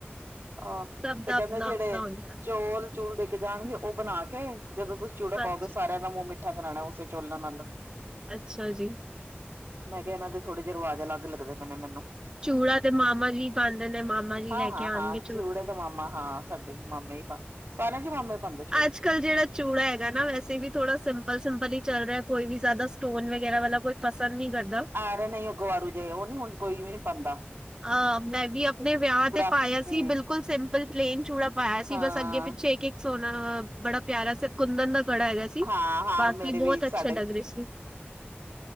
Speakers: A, on the right; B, on the right.
A: ਆਹ,
B: ਸਭ
A: ਤੇ
B: ਦਾ
A: ਕਹਿੰਦੇ
B: ਆਪਣਾ
A: ਜਿਹੜੇ
B: ਆਪਣਾ ਹੁੰਦਾ
A: ਚੋਲ ਚੂਲ ਦੇ ਕੇ ਜਾਣਗੇ ਉਹ ਬਣਾ ਕੇ ਜਦੋ ਤੁਸੀਂ ਚੂੜਾ
B: ਹਾਂਜੀ।
A: ਪਾਓਗੇ ਸਾਰਿਆਂ ਦਾ ਮੂੰਹ ਮਿੱ ਠਾ ਕਰ ਲੈਣਾ ਉਸੇ ਚਲਾਂ ਨਾਲ,
B: ਅੱਛਾ ਜੀ।
A: ਮੈਂ ਕਿਹਾ, ਇਹਨਾਂ ਦੇ ਥੋੜੇ ਜੇ ਰਵਾਜ਼ ਅਲੱਗ ਲਗਦੇ ਪਏ ਨੇ ਮੈਨੂੰ।
B: ਚੂੜਾ ਤੇ ਮਾਮਾ ਜੀ ਪਾਂਦੇ ਨੇ ਮਾਮਾ ਜੀ
A: ਹਾਂ
B: ਲੈ ਕੇ
A: ਹਾਂ
B: ਆਣਗੇ
A: ਹਾਂ ਚੂੜੇ ਤਾ ਮਾਮਾ ਹਾਂ ਸਾਡੇ ਮਾਮੇ ਹੀ ਪਾਂਦੇ ਸਾਰਿਆਂ ਚ ਮਾਮੇ ਪਾਂਦੇ।
B: ਅੱਜ ਕੱਲ ਜਿਹੜ ਚੂੜਾ ਹੈਗਾ ਨਾ ਵੈਸੇ ਵੀ ਥੋੜਾ ਸਿੰਪਲ, ਸਿੰਪਲ ਹੀ ਚੱਲ ਰਿਹਾ ਕੋਈ ਵੀ ਜ਼ਿਆਦਾ ਸਟੋਨ ਵਗੈਰਾ ਵਾਲਾ ਕੋਈ ਪਸੰਦ ਨਹੀ ਕਰਦਾ।
A: ਆ ਰਹੇ ਨਹੀਂ ੳਹ ਗਵਾਰੂ ਜੇ ਉਹ ਨੀ ਹੁਣ ਕੋਈ ਵੀ ਨੀ ਪਾਂਦਾ।
B: ਅਹ ਮੈਂ ਵੀ ਆਪਣੇ ਵਿਆਹ ਤੇ ਪਾਇਆ
A: ਹੂੰ
B: ਸੀ ਬਿਲਕੁਲ ਸਿੰਪਲ ਪਲੇਨ ਚੂੜਾ ਪਾਇਆ ਸੀ
A: ਹਾਂ
B: ਬਸ ਅੱਗੇ ਪਿੱਛੇ ਇੱਕ, ਇਕ ਸੋਹਣਾ, ਬੜਾ ਪਿਆਰਾ ਸ ਕੁੰਦਨ ਦਾ ਕੜਾ ਹੈਗਾ ਸੀ।
A: ਹਾਂ-ਹਾਂ
B: ਬਾਕੀ
A: ਮੇਰੇ ਵੀ
B: ਬਹੁਤ
A: ਸਾਡੇ
B: ਅੱਛੇ ਲੱਗ ਰਹੇ ਸੀ